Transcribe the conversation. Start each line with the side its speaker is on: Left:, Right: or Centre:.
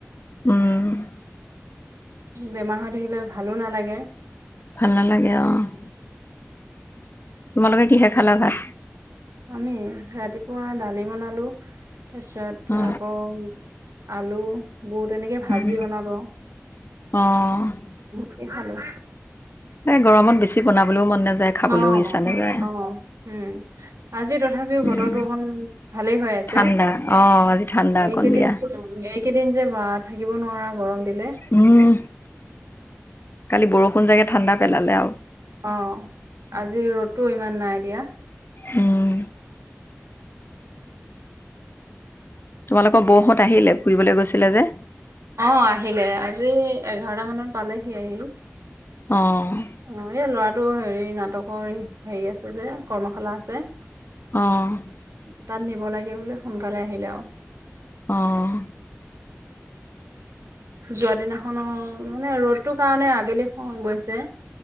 Left: উম,
Right: বেমাৰ হৈ থাকিলে ভালো নালাগে।
Left: ভাল নালাগে অ', তোমালোকে কিহে খালা ভাত?
Right: আমি ৰাতিপুৱা দালি বনালো। তাৰপিছত
Left: অ
Right: আকৌ আলু বুত এনেকৈ ভাজি
Left: উম,
Right: বনালোঁ আৰু।
Left: অ',
Right: কে খালোঁ
Left: এ গৰমত বেছি বনাবলৈও মন নাযায়। খাবলৈও
Right: অ',
Left: ইচ্ছা নাযায়
Right: অ', উম, আজি তথাপিও
Left: উম,
Right: বতৰটো অকণ ভালেই হৈ আছে।
Left: ঠাণ্ডা অ আজি ঠাণ্ডা অকণ
Right: এইকেইদিন
Left: দিয়া
Right: - এইকেইদিন যে বা থাকিব নোৱাৰা গৰম দিলে।
Left: উম, কালি বৰষুণ জাগে ঠাণ্ডা পেলালে আৰু।
Right: অ', আজি ৰ'দটো ইমান নাই দিয়া।
Left: উম, তোমালোকৰ বৌহত আহিলে ফুৰিবলৈ গৈছিলে যে?
Right: অ', আহিলে আজি এঘাৰটা মানত পালেহি আহি।
Left: অ',
Right: অ', এই ল'ৰাটো হেৰি নাটকৰ হেৰি আছে যে কৰ্মশালা আছে।
Left: অ',
Right: তাত নিব লাগে বোলে সোনকালে আহিলে আৰু।
Left: অ',
Right: যোৱা দিনাখনো মানে ৰ'দতো কাৰণে আবেলি গৈছে।